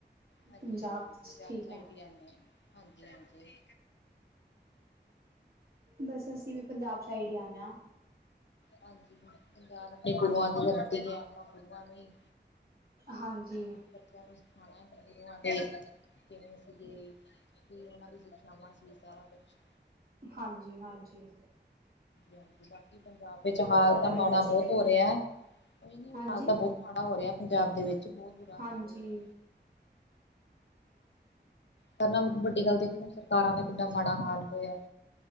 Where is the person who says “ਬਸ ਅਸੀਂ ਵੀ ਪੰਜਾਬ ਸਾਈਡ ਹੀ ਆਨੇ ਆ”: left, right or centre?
Right